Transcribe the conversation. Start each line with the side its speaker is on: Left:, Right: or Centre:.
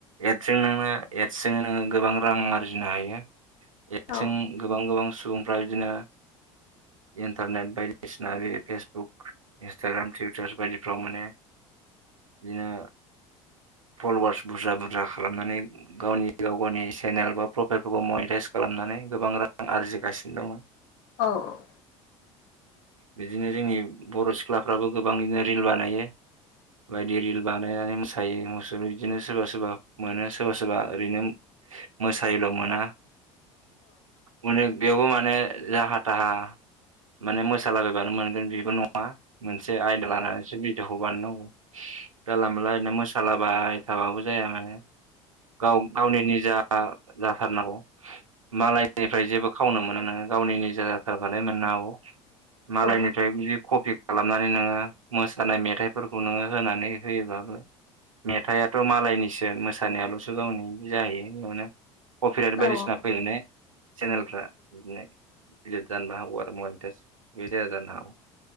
Right: एड्सजों नोंना एडसजोंनो नोङो गोबां रां आरजिनो हायो <unintelligible>
Left: औ
Right: गोबां गोबां सुबुंफ्रा बिदिनो। इन्टारनेट बायदिसिना बे फेसबुक इन्सटाग्राम टुइटार बायदिफ्राव माने बिनो फल'वार्स बुरजा बुरजा खालामनानै गावनि गाव गावनि चेनेल बा प्रफाइलफोरखौ मनिटाइस खालामनानै गोबां रां आरजिगासिनो दङ
Left: औ औ।
Right: बिदिनो जोंनि बर' सिख्लाफ्राबो गोबाङनो रिल बानायो बायदि रिल बानायनानै मो मोसायो मुसुर बिदिनो सोरबा सोरबा मोनो सोरबा सोरबा ओरैनो मोसायोोल' मोना मने बेयावबो माने जाहा थाहा माने मोसालाबायबानो मोनगोन बेबो नङा मोनसे आयदा लानानैसो बि खौ बानायनांगौ जला मोनला ओरैनो मोसालाबाय थाबाबो जाया माने गाव गावनि निजा जा जाथारनांगौ मालायनिफ्राय जेबो खावनो मोना ङा गावनि निजा जाथारबालाय औ मालायनिफ्राय
Left: औ
Right: बि कपि खालामनानै नोङो मोसानाय मेथाइफोरखौ नोङो होनानै होयोबाबो मेथाइआथ' मालायनिसो मोसानायाल'सो गावनिदि जाहैयो बेयावनो कपिराइट
Left: औ ओ
Right: बायदिसिना
Left: औ उम
Right: फैयो ने चेनेलफ्रा बिदिनोलिट जानोबो हागौ आरो। मनिटाइस बे जानो हागौ